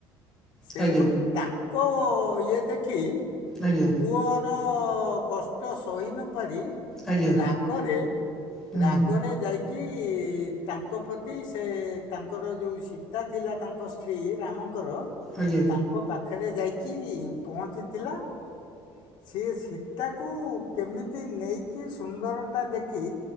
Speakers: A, on the left (about 60°); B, in the centre.
A: ସେଣୁ
B: ଆଜ୍ଞା
A: ତାଙ୍କ ଇଏ ଦେଖି
B: ଆଜ୍ଞା।
A: ପୁଅର କଷ୍ଟ ସହି ନପାରି
B: ଆଜ୍ଞା
A: ରାଗରେ
B: ହୁଁ
A: ରାଗ ରେ ଯାଇକି ତାଙ୍କ ପ୍ରତି ସେ ତାନ୍ ଙ୍କର ଯୋଉ ସୀତା ଥିଲା ତାଙ୍କ ସ୍ତ୍ରୀ ରାମଙ୍କର
B: ଆଜ୍ଞା
A: ତାନ୍ ଙ୍କ ପାଖରେ ଯାଇକି ପହଞ୍ଚିଥିଲା ସିଏ ସୀତାକୁ କେମିତି ନେଇକି ସୁନ୍ଦର ତା ଦେଖି